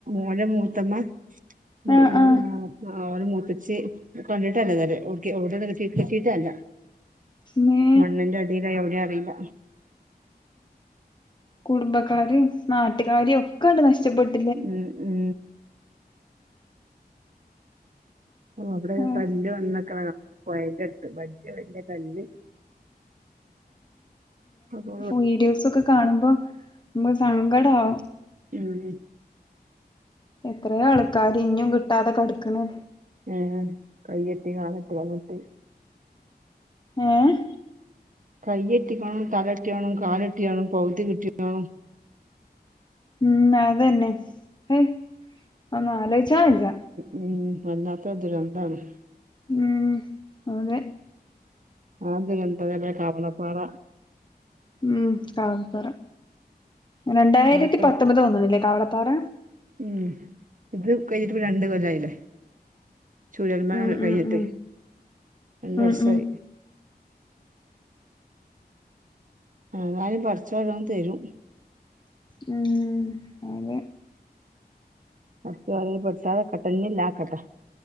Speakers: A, on the right; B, on the left.
A: ഓരെ മൂത്തമ്മ ഉം
B: ആഹ്
A: ഉം
B: ആഹ്
A: ആ ഓരെ മൂത്തച്ചി കണ്ടിട്ടല്ല ഇതുവരെ ഓകെ ഓടെ <unintelligible> അല്ല
B: മേ
A: മണ്ണിന്റെ അടീലായി എവിടെയാ അറീല്ല
B: കുടുംബക്കാരേം നാട്ട്ക്കാരേം ഒക്കെ അണ്ട് നഷ്ടപ്പെട്ടു
A: ഉം ഉം ഓ അവിടെ
B: ആഹ്
A: കല്ല് വന്ന്ക്ക്ണ കാണ പൊയേന്റട്ത്ത് വല്ല്യ വല്ല്യ കല്ല് അപ്പൊ
B: വീഡിയോസ് ഒക്കെ കാണുമ്പോ ഇമ്മക്ക് സങ്കടാവും
A: ഉം
B: എത്രയേ ആൾക്കാര് ഇനിം കിട്ടാതെ കെടക്ക്‌ണ്
A: ഉം കൈയെട്ടി കാലറ്റ് കളഞ്ഞിട്ട്
B: ഏഹ്
A: കയ്യെത്തിക്കോനും തല കിട്ട്യോനും കാലെട്ട്യോനും പകുതി കിട്ടിക്കോനും
B: ഉം അതെന്നെ അഹ് ഒന്നാലോച്ചാ വെജ്ജ
A: ഉം വല്ലാത്ത ദുരന്താണ്
B: ഉം അതെ
A: അത് ദുരന്തല്ലേ കവലപ്പാറ
B: ഉം കവളപ്പാറ രണ്ടായിരത്തി
A: അവിടൊക്കെ
B: പത്തൊമ്പതാ
A: വ-
B: തോന്ന്ണ്ല്ലേ കവളപ്പാറ
A: ഉം ഇത് കഴിഞ്ഞിട്ടിപ്പം രണ്ട് കൊല്ലായിലേ ചൂരൽ മല
B: ഉം
A: കയിഞ്ഞിട്ട്
B: ഉം ഉം
A: രണ്ട്
B: ഉം
A: വർഷായി
B: ഉം
A: എന്നാലും പടച്ചോൻ വല്ലതും തരും
B: ഉം അതെ
A: അവർക്ക് വേണേങ്കിൽ പട്ടാല ഇഞ് ഇല്ലാക്കട്ടെ